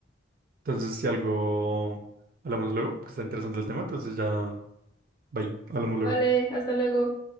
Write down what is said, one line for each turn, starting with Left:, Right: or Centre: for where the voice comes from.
Right: entonces, si algo hablamos luego, que está interesante el tema, entonces ya. Bye, hablamos luego.
Left: Vale, hasta luego.